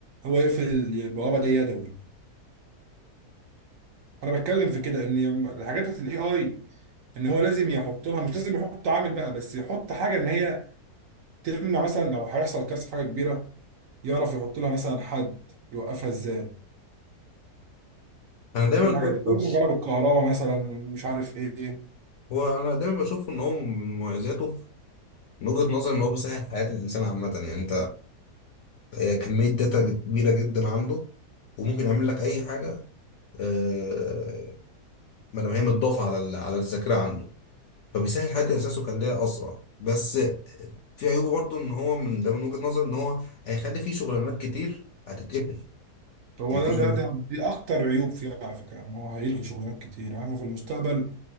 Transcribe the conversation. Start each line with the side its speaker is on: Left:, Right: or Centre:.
Right: هو يقفل البوابه دي يدوي انا بتكلم في كده ان الحاجات بتاعت الاي اي ان هو لازم يحط لها مش لازم يحط عامل بقى بس يحط حاجه ان هي تمنع مثلا لو هيحصل كارثه في حاجه كبيره يعرف يحط لها مثلا حد يوقفها ازاي
Left: انا دايما
Right: الحاجات
Left: ب...
Right: دي كلها
Left: ب...
Right: شغاله بالكهرباء مثلا مش عارف ايه
Left: هو انا دايما بشوف ان هو من مميزاته من وجهة نظري ان هو بيسهل حياة الانسان عامة يعني آه، كمية داتا كبيرة جدا عنده وممكن يعمل لك أي حاجة آه، ما دام هي متضافة على ال- على الذاكرة عنده فبيسهل حد إحساسه ويخليها أسرع بس في عيوبه برضه إن هو من ده من وجهة نظري إن هو هيخلي فيه شغلانات كتير هتتقفل
Right: هو
Left: يعني
Right: ده
Left: في شغل
Right: ده ده دي اكتر عيوب فيه على فكره يعني هو هيلغي شغلانات كتير يعني احنا في المستقبل